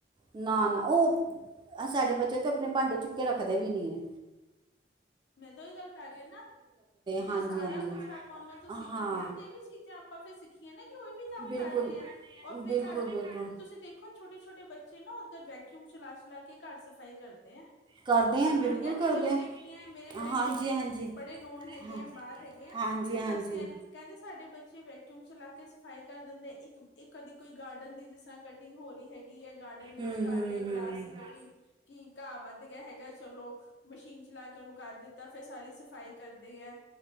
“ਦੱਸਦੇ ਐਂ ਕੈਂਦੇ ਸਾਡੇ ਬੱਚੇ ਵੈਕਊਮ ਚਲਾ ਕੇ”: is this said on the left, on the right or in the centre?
Left